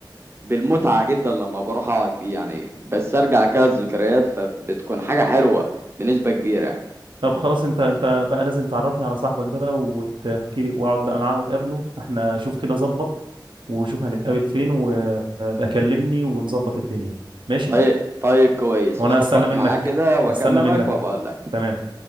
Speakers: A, on the right; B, on the right.
A: بالمتعه جدا لما بروح اقعد فيه يعني بسترجع كده الذكريات فبتكون حاجه حلوه بنسبه كبيره يعني.
B: طب خلاص انت انت بقى لازم تعرفني على صاحبك ده بقى وتحكي لي واقعد بقى معاه وتقابله احنا شوف كده ظبط وشوف هنتقابل فين وابقى كلمني ونظبط الدنيا ماشي
A: طيب طيب كويس
B: وانا
A: هظبط
B: هستنى منك
A: معاه كده واكلمك
B: هستنى منك
A: وابقى اقول لك
B: تمام